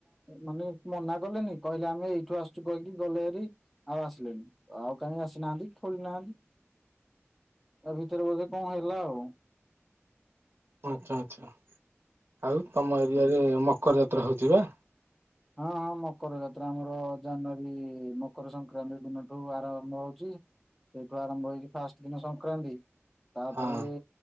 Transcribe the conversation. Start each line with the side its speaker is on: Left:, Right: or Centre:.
Centre: ମାନେ ମନା କଲେନି କହିଲେ ଆମେ ଏଇଠୁ ଆସୁଛୁ କହିକି ଗଲେ ଏରି ଆଉ ଆସିଲେଣିି ଆଉ କାହିଁକି ଆସିନାହାନ୍ତି ଖୋଳି ନାହାନ୍ତି ତା ଭିତରେ ବୋଧେ କଣ ହେଲା ଆଉ।
Right: ଆଚ୍ଛା ଆଚ୍ଛା ଆଉ ତମ ଏରିଆରେ ମକର ଯାତ୍ରା ହଉଛି ପା?
Centre: ହଁ ହଁ ମକର ଯାତ୍ରା ଆମର ଜାନୁଆରୀ ମକର ସଂକ୍ରାନ୍ତି ଦିନଠୁ ଆରମ୍ଭ ହଉଛି ସେଇଠୁ ଆରମ୍ଭ ହେଇକି ଫାଷ୍ଟ ଦିନ ସଂକ୍ରାନ୍ତି ତାପରେ
Right: ହଁ